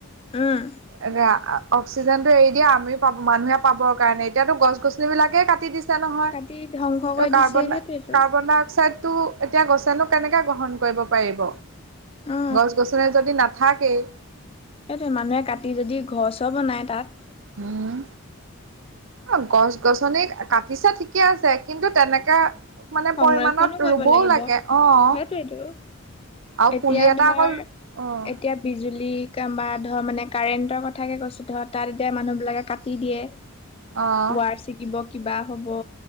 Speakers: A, on the left; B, on the right.
A: উম,
B: এ অক্সিজেনটো এৰি দিয়া আমিও পাব মানুহে পাবৰ কাৰণে এতিয়াতো গছ-গছনি বিলাকে কাটি দিছে। নহয়
A: কাটি ধ্বংস কৰি
B: কাৰ্বন-কাৰ্বন
A: দিছে সেইটোৱেটো
B: ডাই অক্সাইডটো এতিয়া গছেনো কেনেকৈ গ্ৰহণ কৰিব পাৰিব
A: অ
B: গছ-গছনি যদি নাথাকেই।
A: সেইটোৱে মানুহে কাটি যদি ঘৰ চৰ বনায় তাত,
B: উম, অ, গছ-গছনি কাটিছে ঠিকে আছে কিন্তু তেনেকে মানে
A: সংৰক্ষণো
B: পৰিমণত
A: কৰিব
B: ৰুবও
A: লাগিব
B: লাগে। অ',
A: সেইটোৱেটো
B: আৰু
A: এতিয়া
B: পুলি এটা
A: ধৰ
B: অকল অ',
A: এতিয়া বিজুলী বা ধৰ মানে কাৰেন্টৰ কথাকে কৈছো ধৰ তাত এতিয়া মানুহ বিলাকে কাটি দিয়ে।
B: অ',
A: তাৰ ছিকিব কিবা হ'ব।